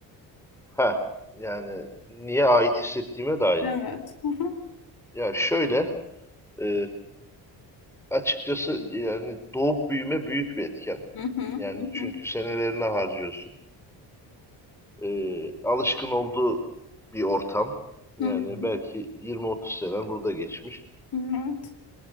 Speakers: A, in the centre; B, on the left (about 50°).
A: Ha yani niye ait hissettiğime dair
B: Evet.
A: mi?
B: Hı hı.
A: Ya şöyle e, açıkçası yani doğup büyüme büyük bir etken.
B: Hı hı,
A: Yani
B: hı
A: çünkü
B: hı,
A: senelerini harcıyorsun. e, alışkın olduğu bir ortam. Yani
B: hı hı,
A: belki 20-30 sene burada geçmiş.
B: hı hı.